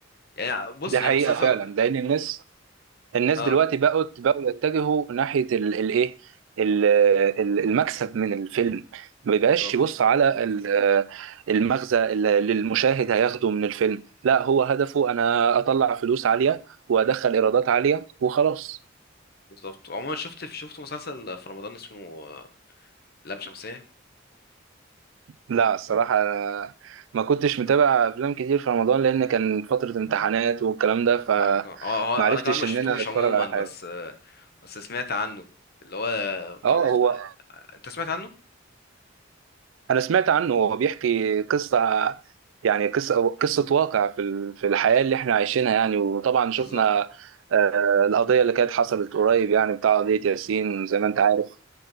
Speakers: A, on the left; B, on the right.
A: يعني بص
B: دي حقيقة
A: يعني مسلسل
B: فعلا لأن الناس الناس
A: اه
B: دلوقتي بقوا بقوا يتجهوا ناحية ال- الايه ال- ال- المكسب من الفيلم ما بيبقاش
A: بالظبط
B: يبص على ال- المغزى اللي اللي المشاهد هياخده من الفيلم لا هو هدفه انا اطلع فلوس عالية وادخل ايرادات عالية وخلاص
A: بالظبط عموما شفت شفت مسلسل في رمضان اسمه آه، لام شمسية
B: لا الصراحة أنا ما كنتش متابع افلام كتير في رمضان لان كان فترة امتحانات والكلام ده
A: فاهمك اه هو-
B: فمعرفتش
A: هو انا كمان ما شفتوش
B: ان انا اتفرج
A: عموما
B: على حاجة
A: بس آه، بس سمعت عنه اللي هو بتاع
B: اه
A: الأص...
B: هو
A: آه، انت سمعت عنه
B: انا سمعت عنه هو بيحكي قصه يعني قصه قصه واقع في ال- في الحياه اللي احنا عايشينها يعني وطبعا شفنا
A: بالظبط
B: آه، القضيه اللي كانت حصلت قريب يعني بتاع قضيه ياسين زي ما انت عارف